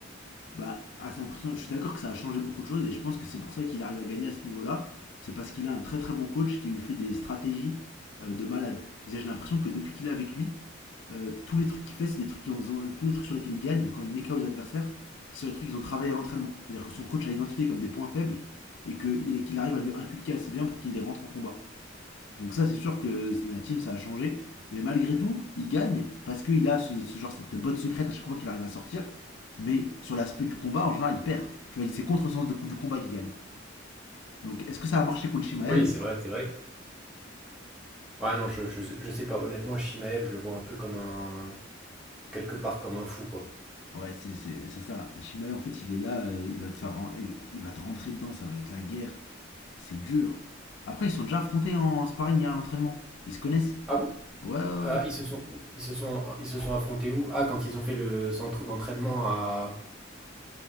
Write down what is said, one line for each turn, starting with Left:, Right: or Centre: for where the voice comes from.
Left: bah, assez impressionnant. Je suis d'accord que ça a changé beaucoup de choses et je pense que c'est pour ça qu'il arrive à gagner à ce niveau-là. C'est parce qu'il a un très très bon coach qui lui fait des stratégies euh, de malade. C'est-à-dire, J'ai l'impression que depuis qu'il est avec lui, euh, tous les trucs qu'il fait, c'est des trucs qui ont, tous les trucs sur lesquels il gagne quand il met KO les adversaires, c'est sur les trucs qu'ils ont travaillé à l'entraînement. C'est-à-dire que son coach a identifié comme des points faibles et que- qu'il arrive à lui inculquer assez bien pour qu'il les rentre en combat. Donc ça, c'est sûr que la team, ça a changé. Et malgré tout, il gagne parce qu'il a ce, ce genre cette botte secrète à chaque fois qu'il arrive à sortir. Mais sur l'aspect du combat, en général, il perd. Tu vois, c'est contre le sens de- du combat qu'il gagne. Donc est-ce que ça a marché contre Shimaev
Centre: Oui, c'est vrai, c'est vrai. Ouais, non, je, je, je sais pas. Honnêtement, Shimaev, je le vois un peu comme un. quelque part comme un fou, quoi.
Left: Ouais, c'est c'est- ça. Shimaev, en fait, il est là, euh, il va te faire, il il va te rentrer dedans, ça va être la guerre. C'est dur. Après, ils sont déjà affrontés en sparring et à l'entraînement. Ils se connaissent.
Centre: Ah bon?
Left: Ouais, ouais,
Centre: Ah,
Left: ouais.
Centre: ils se sont, ils se sont, ils se sont affrontés où? Ah, quand ils ont fait le centre d'entraînement à,